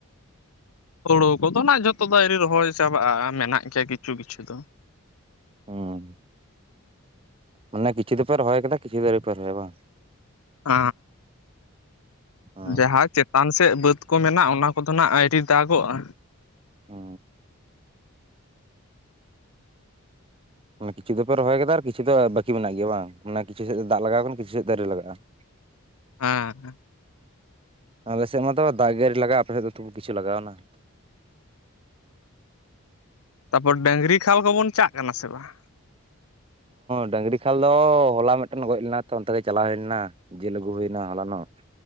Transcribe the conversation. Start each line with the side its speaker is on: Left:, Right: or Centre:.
Left: ᱦᱩᱲᱩ ᱠᱚᱫᱚ ᱱᱟᱜ ᱡᱷᱚᱛᱚ ᱫᱚ ᱮᱨᱤ ᱨᱚᱦᱚᱭ ᱪᱟᱵᱟᱜ-ᱟ ᱢᱮᱱᱟᱜ ᱜᱮᱭᱟ ᱠᱤᱪᱷᱩ ᱠᱤᱪᱷᱩ ᱫᱚ ᱾
Right: ᱚ ᱢᱟᱱᱮ ᱠᱤᱪᱷᱩ ᱫᱚᱯᱮ ᱨᱚᱦᱚᱭᱟ ᱟᱠᱟᱫᱟ ᱠᱤᱪᱷᱩ ᱫᱚ ᱟᱣᱨᱤ ᱯᱮ ᱨᱚᱦᱚᱭ ᱵᱟ ᱾
Left: ᱚ
Right: ᱦᱩᱸ
Left: ᱡᱟᱦᱟᱸ ᱪᱮᱛᱟᱱ ᱥᱮᱫ ᱵᱟᱹᱫᱽ ᱠᱚ ᱢᱮᱱᱟᱜ-ᱟ ᱚᱱᱟ ᱠᱚᱫᱚ ᱦᱟᱸᱜ ᱟᱹᱰᱤ ᱫᱟᱜᱚᱜ-ᱟ ᱾
Right: ᱚ ᱠᱤᱪᱷᱩ ᱫᱚᱯᱮ ᱨᱚᱦᱚᱭ ᱟᱠᱟᱫᱟ ᱟᱨ ᱠᱤᱪᱷᱩ ᱫᱚ ᱵᱟᱠᱤ ᱢᱮᱱᱟᱜ ᱜᱮᱭᱟ ᱵᱟᱝ ᱠᱤᱪᱷᱩ ᱥᱮᱫ ᱫᱟᱜ ᱞᱟᱜᱟᱣ ᱠᱟᱱᱟ ᱠᱤᱪᱷᱩ ᱥᱮᱫ ᱫᱚ ᱟᱨᱤ ᱞᱟᱜᱟᱜ-ᱟ ᱾
Left: ᱦᱮᱸ
Right: ᱟᱞᱮ ᱥᱮᱫ ᱢᱟ ᱫᱚ ᱫᱟᱜ ᱟᱨᱤ ᱞᱟᱜᱟ-ᱟ ᱟᱯᱮ ᱥᱮᱫ ᱫᱚ ᱛᱩᱵᱷᱩ ᱠᱤᱪᱷᱩ ᱞᱟᱜᱟᱣ ᱮᱱᱟ ᱾
Left: ᱛᱟᱯᱚᱨ ᱰᱟᱝᱨᱤ ᱠᱷᱟᱞ ᱠᱚᱵᱚᱱ ᱪᱟᱜ ᱠᱟᱱᱟ ᱥᱮ ᱵᱟᱝ ᱾
Right: ᱰᱟᱹᱝᱨᱤ ᱠᱷᱟᱞ ᱫᱚ ᱦᱚᱞᱟ ᱢᱤᱫᱴᱮᱱ ᱜᱚᱡ ᱞᱮᱱᱟ ᱛᱚ ᱚᱱᱛᱮ ᱜᱮ ᱪᱟᱞᱟᱣ ᱦᱩᱭ ᱞᱮᱱᱟ ᱾ ᱡᱮᱞ ᱟᱜᱩ ᱦᱩᱭᱱᱟ ᱦᱚᱞᱟᱱᱚᱜ ᱾